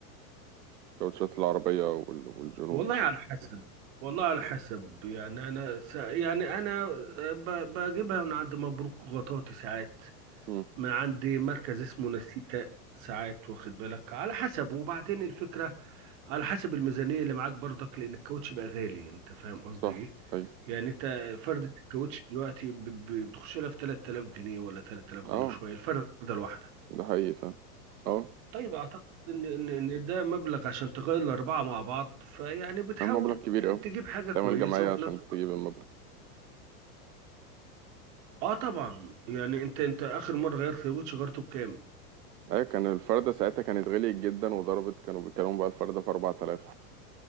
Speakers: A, on the right (about 85°); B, on the right (about 55°).
A: كاوتشات العربية وال... والجنوب
B: والله على حسب والله على حسب يعني انا س... يعني انا آه، ب... بجيبها من عند مبروك غطاطي ساعات
A: مم.
B: من عند مركز اسمه نسيكا ساعات واخد بالك على حسب وبعدين الفكرة على حسب الميزانية اللي معاك برضك لان الكاوتش بقى غالي انت فاهم قصدي
A: صح
B: ايه
A: أيوة
B: يعني انت فردة الكاوتش دلوقتي ب... ب- بتخش لها في 3000 جنيه ولا 3000 جنيه
A: أه
B: شوية الفردة الواحدة
A: ده حقيقي فعلا أه
B: طيب اعتقد ان ان إن ده مبلغ عشان تغير الاربعه مع بعض فيعني بتحاول
A: كان مبلغ كبير أوي
B: تجيب حاجه كويسه
A: تعمل جمعية
B: وفي
A: عشان
B: نفس الوقت
A: تجيب المبلغ
B: اه طبعا يعني انت انت اخر مره غيرت الوتش غيرته بكام؟
A: أيوة كان الفردة ساعتها كانت غليت جدا وضربت كانوا بيتكلموا بقى الفردة في 4000